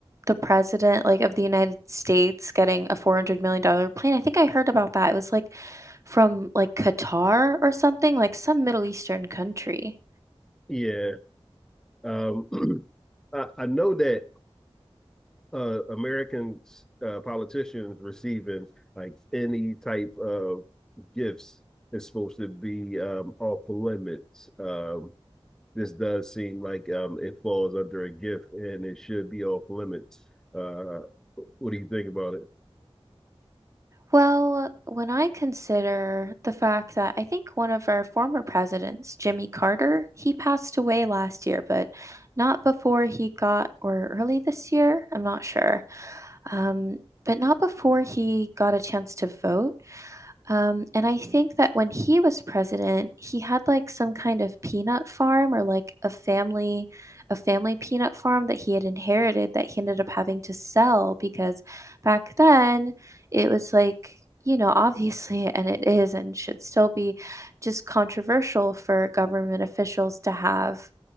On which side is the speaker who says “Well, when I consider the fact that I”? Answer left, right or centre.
Right